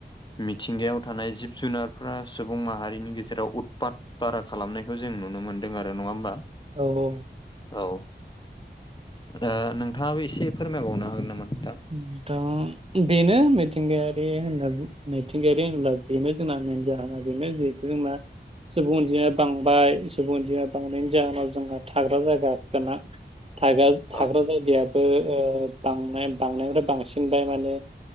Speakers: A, on the left; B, on the right.
A: मिथिंगायाव थानाय जिब -जुनारफोरा सुबुं माहारिनि गेजेराव उदपाद बारा खालामनाय खौ जों नुनो मोन्दों आरो नङा होमबा?
B: औ औ।
A: औ ओ नोंथाङाबो एसे फोरमायबावनो हागोन नामा नोंथां?
B: <unintelligible> दा बेनो मिथिंगायारि होनना मिथिंगायारि होनब्ला बेनो जोंना मेन जाहोना बेनो जि जोंना सुबुं अनजिमाया बांबाय सुबुं अनजिमा बांनायनि जाहोनाव जोंहा थाग्रा जायगा गोना
A: <inaudible>
B: थागाल थाग्रा
A: औ
B: जायगायाबो ओ बांनाय बांनायनिफ्राय बांसिनबाय माने